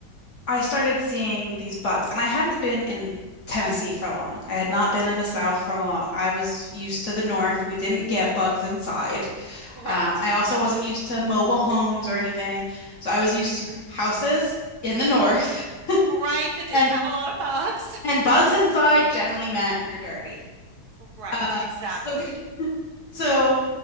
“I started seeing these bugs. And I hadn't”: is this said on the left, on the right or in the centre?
Left